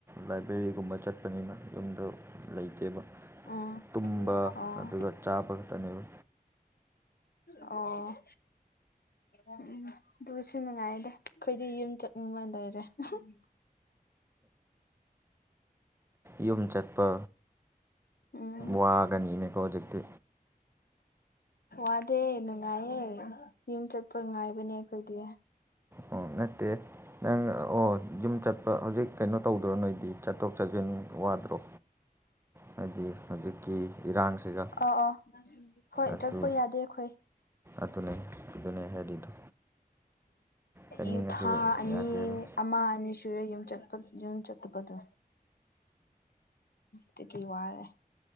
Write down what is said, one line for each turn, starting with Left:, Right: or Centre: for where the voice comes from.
Right: ꯂꯥꯏꯕ꯭ꯔꯦꯔꯤꯒꯨꯝꯕ ꯆꯠꯄꯅꯤꯅ ꯌꯨꯝꯗ ꯂꯩꯇꯦꯕ
Left: ꯎꯝ
Right: ꯇꯨꯝꯕ
Left: ꯑꯣ
Right: ꯑꯗꯨꯒ ꯆꯥꯕ ꯈꯛꯇꯅꯦꯕ
Left: ꯑꯣ ꯎꯝ ꯑꯗꯨ ꯁꯤꯟꯅꯉꯥꯏꯗ ꯑꯩꯈꯣꯏꯗꯤ ꯌꯨꯝ ꯆꯠꯅꯤꯡꯕꯅ ꯂꯩ <unintelligible>
Right: ꯌꯨꯝ ꯆꯠꯄ
Left: ꯎꯝ
Right: ꯋꯥꯒꯅꯤꯅꯦꯀꯣ ꯍꯧꯖꯤꯛꯇꯤ
Left: ꯋꯥꯗꯦ ꯅꯨꯡꯉꯥꯏꯌꯦ ꯌꯨꯝ ꯆꯠꯄ ꯅꯨꯡꯉꯥꯏꯕꯅꯦ ꯑꯩꯈꯣꯏꯗꯤ
Right: ꯑꯣ ꯅꯠꯇꯦ ꯅꯪ ꯑꯣ ꯌꯨꯝ ꯆꯠꯄ ꯍꯧꯖꯤꯛ ꯀꯩꯅꯣ ꯇꯧꯗ꯭ꯔꯣ ꯅꯣꯏꯗꯤ ꯆꯠꯊꯣꯛ ꯆꯠꯁꯤꯟ ꯋꯥꯗ꯭ꯔꯣ ꯍꯥꯏꯗꯤ ꯍꯧꯖꯤꯛꯀꯤ ꯏꯔꯥꯡꯁꯤꯒ
Left: ꯑ ꯑ ꯍꯣꯏ
Right: ꯑꯗꯨ
Left: ꯆꯠꯄ ꯌꯥꯗꯦ ꯑꯩꯈꯣꯏ
Right: ꯑꯗꯨꯅꯦ ꯑꯗꯨꯅꯦ ꯍꯥꯏꯔꯤꯗꯣ ꯆꯠꯅꯤꯡꯉꯁꯨ
Left: ꯏ ꯊꯥ ꯑꯅꯤ
Right: ꯌꯥꯗꯦꯕ
Left: ꯑꯃ ꯑꯅꯤ ꯁꯨꯔꯦ ꯌꯨꯝꯠꯄ ꯌꯨꯝ ꯆꯠꯇꯕꯗꯣ ꯇ ꯀ ꯋꯥꯔ ꯑꯦ